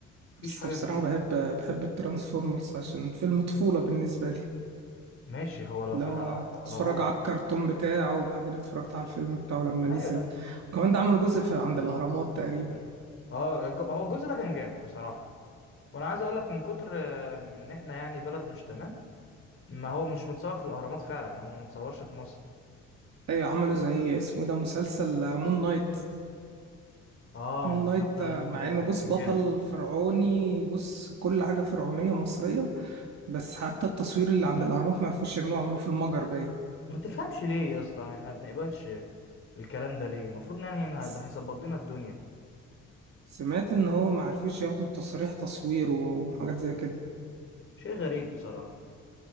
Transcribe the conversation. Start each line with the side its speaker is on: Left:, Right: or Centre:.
Left: مفيش
Right: بس
Left: حاجه
Right: بصراحة
Left: جديده
Right: بحب بحب الترانسفورمرز عشان فيلم طفولة بالنسبة لي
Left: ماشي هو لو
Right: اللي
Left: في
Right: هو
Left: لو
Right: كنت
Left: لو
Right: اتفرج
Left: هو
Right: على الكرتون بتاعه وبعدين اتفرجت على الفيلم بتاعه لما نزل
Left: ايوه أيوة.
Right: وكمان ده عملوا جزء في عند الأهرامات تقريبا
Left: اه الج- هو الجزء ده كان جامد بصراحه وانا عايز اقول لك من كتر آه، ان احنا يعني بلد مش تمام ما هو مش متصور في الاهرامات فعلا يعني هو ما متصورش في مصر
Right: ايوه عملوا زي اسمه إيه ده مسلسل مون نايت
Left: اه
Right: مون
Left: مسلسل
Right: نايت آه،
Left: مومباي
Right: مع انه بص
Left: ده كان
Right: بطل
Left: جامد
Right: فرعوني بص كل حاجة فرعونية مصرية بس حتى التصوير اللي عند الأهرامات ما عرفوش يعملوه عملوه في المجر باين
Left: ما تفهمش ليه يا اسطى احنا ما بنقبلش الكلام ده ليه المفروض يعني إن
Right: س-
Left: ده هيظبط لنا الدنيا
Right: سمعت ان هو ما عرفوش ياخدوا التصريح تصوير وحاجات زي كده
Left: شيء غريب بصراحة